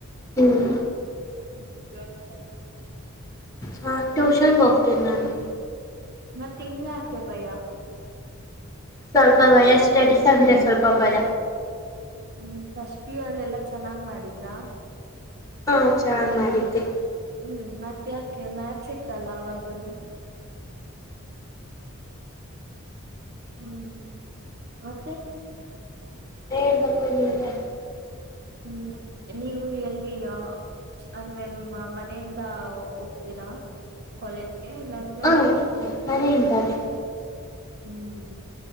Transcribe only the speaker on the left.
ಹ್ಮ್
ಹ ಟ್ಯೂಷನ್ ಹೋಗ್ತೀನಿ ನಾನು
ಸ್ವಲ್ಪ ಭಯ ಸ್ಟಡೀಸ್ ಅಂದ್ರೆ ಸ್ವಲ್ಪ ಭಯ
ಹಾ ಚೆನ್ನಾಗ್ ಮಾಡಿದ್ದೆ
ಹೇಳ್ಬೇಕು ನೀವೆ
ಹಾ ಮನೆ ಮನೆಯಿಂದಾನೆ